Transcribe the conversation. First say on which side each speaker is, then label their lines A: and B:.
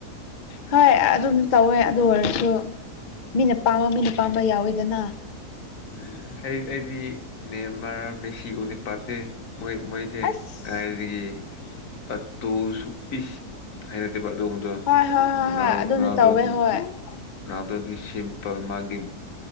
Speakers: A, on the left; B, on the left.
A: ꯍꯣꯏ ꯑꯗꯨꯝ ꯇꯧꯋꯦ ꯑꯗꯨ ꯑꯣꯏꯔꯁꯨ ꯃꯤꯅ ꯄꯥꯝꯕ ꯃꯤꯅ ꯄꯥꯝꯕ ꯌꯥꯎꯋꯤꯗꯅ
B: ꯎꯝ ꯑꯩ ꯑꯩꯗꯤ ꯅꯦꯃꯥꯔ ꯃꯦꯁꯤ ꯒꯨꯝꯕꯗꯤ ꯄꯥꯝꯗꯦ ꯃꯣꯏ ꯃꯣꯏꯁꯦ
A: ꯑꯁ
B: ꯀꯥꯏꯗꯒꯤ ꯇꯠꯇꯨ ꯁꯨ ꯏꯁ ꯍꯥꯏꯅ ꯗꯦꯕ ꯑꯗꯨꯒꯨꯝꯕꯗꯣ
A: ꯍꯣꯏ ꯍꯣꯏ ꯍꯣꯏ
B: ꯔꫭꯅꯥꯜ
A: ꯍꯣꯏ ꯑꯗꯨꯅ
B: ꯔꫭꯅꯥꯜꯗꫭꯗꯤ
A: ꯇꯧꯋꯦ ꯍꯣꯏ
B: ꯔꫭꯅꯥꯜꯗꫭꯗꯤ ꯁꯤꯄꯜ ꯃꯥꯒꯤ